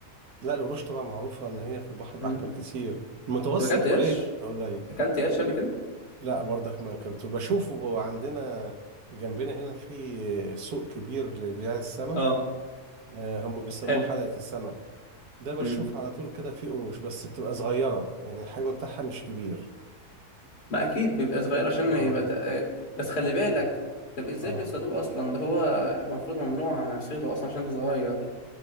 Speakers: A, on the right; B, on the left.
A: لا القروش طبعا معروفة ان هي في البحر الأحمر
B: امم
A: كتير المتوسط
B: طب اكلت
A: قليل
B: قرش
A: قليل
B: اكلت قرش قبل كده
A: لا برضك ما اكلته بشوفه عندنا جنبنا هنا في سوق كبير لبيع السمك
B: اه
A: آه هم بيسموه
B: حلو
A: حلقة السمك ده بشوف
B: مم.
A: على طول كده في قروش بس بتبقى صغيرة يعني الحجم بتاعها مش كبير
B: ما اكيد بيبقى صغير عشان
A: اه
B: يبقى تق... بس خلي بالك
A: اه
B: طب ازاي
A: اه
B: بيصيدوه اصلا ده هو المفروض ممنوع صيده اصلا عشان ده صغير